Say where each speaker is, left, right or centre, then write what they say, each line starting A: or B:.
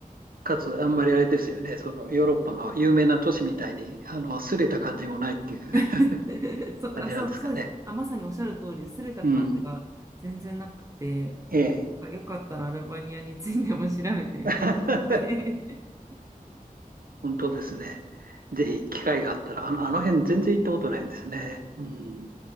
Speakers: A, on the right; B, on the right.
A: かつあんまりあれですよね、そのヨーロッパの有名な都市みたいに、あの、擦れた感じもないっていう
B: <laughs>
A: <laughs>
B: そう、
A: 感じなんですかね。
B: あ、そう、そうです。あ、まさにおっしゃる通り、擦れた感じが全然なくて、
A: うん。ええ。
B: あよかったらアルバニアについても調べてみてください。
A: <laughs>
B: <laughs>
A: 本当ですね。ぜひ機会があったら、あの、あの辺全然行ったことないんですね。うん。